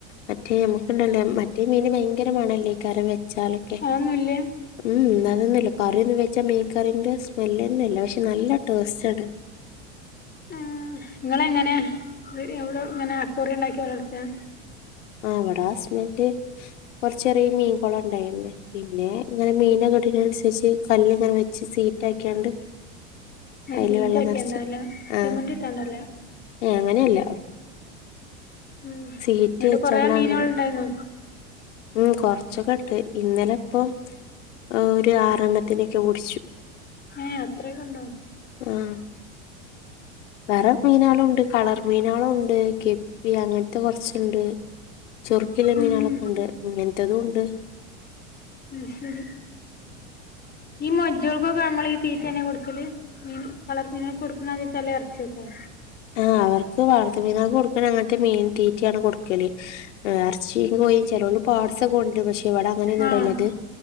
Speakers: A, on the left; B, on the left.
A: മറ്റേ നമുക്കുണ്ടല്ലേ മറ്റേ മീൻ ഭയങ്കരമണല്ലേ കറിവെച്ചാലൊക്കെ
B: അതൊന്നുംല്ല
A: ഉം അതൊന്നുമല്ല കറിയൊന്നും വെച്ചാ മീൻ കറീന്റെ സ്മെലൊന്നും ഇല്ല പക്ഷെ നല്ല ടേസ്റ്റ് ആണ്
B: ആ നിങ്ങ എങ്ങനെ എവിടെ ഇങ്ങനെ അക്കോറി ഉണ്ടാക്കി വളർത്തണോ
A: ആ അവിടെ ഹസ്ബൻഡ് ഒരു ചെറിയ മീൻകൊളം ഉണ്ടായിന്ന് പിന്നെ ഇങ്ങനെ മീന കെട്ടനുസരിച്ച് കല്ല് അങ്ങെ വെച്ച് സീറ്റ് ആക്കിയാണ്ട് അതിൽ
B: സീറ്റ്
A: വെള്ളം
B: ഒക്കെ
A: നിറച്ച്
B: ഉണ്ടാവില്ല
A: ആ
B: സിമന്റ് ഇട്ടാണ്ടല്ല
A: ഏ അങ്ങനെയല്ല
B: ഉ എന്നങ്ങിട്ട്
A: സീറ്റ് വെച്ചാണ്ട
B: കൊറ മീനുകൾ
A: അങ്ങനെ
B: ഉണ്ടായിന്ന
A: ഉം കൊറചൊക്കെ ഇണ്ട് ഇന്നലെ ഇപ്പം ഒരു ആറെണ്ണത്തിനൊക്കെ പിടിച്ചു
B: ഏ അത്രയൊക്കെ ഉണ്ടോ
A: ആഹ് വേറെ മീനാളും ഉണ്ട് കളർ മീനാളും ഉണ്ട് ഗപ്പി അങ്ങനത്തെ കുറച്ചുണ്ട് ചെറുക്കുള്ള മീന
B: ഉം
A: അളൊക്കെ ഉണ്ട് ഇങ്ങനെത്തതും ഉണ്ട്
B: അ ശരി ഈ മൊജ്ജോൾക്കൊക്കെ നമ്മള ഈ തീറ്റ തന്നെ കൊടുക്കല് മീൻ പളർ മീനുകൾ കൊടുക്കുന്നദ്യ തല ഇറച്ചിയോക്കെ
A: ആ അവർക്ക് വളർത്ത മീനൊക്കെ കൊടുക്കണ അങ്ങനത്തെ മീൻ തീറ്റയാണ് കൊടുക്കല് റച്ചിങ് പോയി ചിലലോല പാഡ്സൊക്കെ ഉണ്ട് പക്ഷെ ഇവിടെ അങ്ങനെയ ഒന്നുണ്ടല്ല
B: ആഹ്
A: അത്